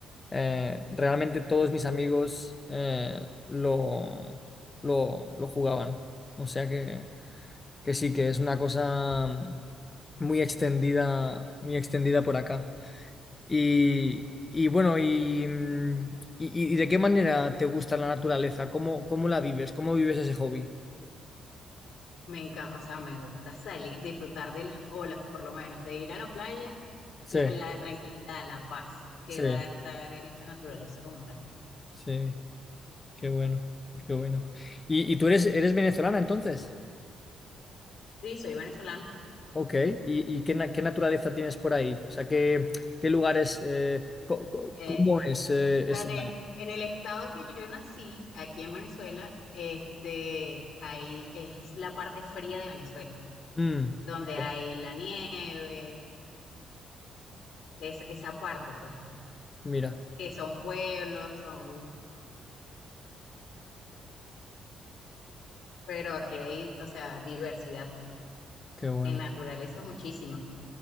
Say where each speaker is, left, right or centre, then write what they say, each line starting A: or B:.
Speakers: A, on the left; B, on the left.
A: eh, realmente todos mis amigos eh, lo, lo, lo jugaban. O sea que... que sí, que es una cosa mm, muy extendida, muy extendida por acá. Y, y bueno, y, mm, y- y de qué manera te gusta la naturaleza? ¿Cómo, cómo la vives? ¿Cómo vives ese hobby?
B: Me encanta, o sea, me gusta salir, disfrutar de las olas, por lo menos, de ir a la playa,
A: Sí,
B: la, la tranquilidad, la paz que
A: sí,
B: da estar en esa naturaleza como tal.
A: sí, qué bueno, qué bueno. ¿Y, y tú eres, eres venezolana entonces?
B: Sí, soy venezolana.
A: Ok, ¿y, y qué, na- qué naturaleza tienes por ahí? O sea, ¿qué, qué lugares, eh, co- co-
B: Eh,
A: cómo es eh, esa...
B: en el, en el estado que yo nací, aquí en Venezuela, este, ahí es la parte fría de Venezuela
A: Mm,
B: donde
A: ok,
B: hay la nieve, es, esa parte, pues,
A: mira,
B: que son pueblos, son, pero aquí hay, o sea, diversidad
A: qué bueno,
B: en naturaleza muchísima.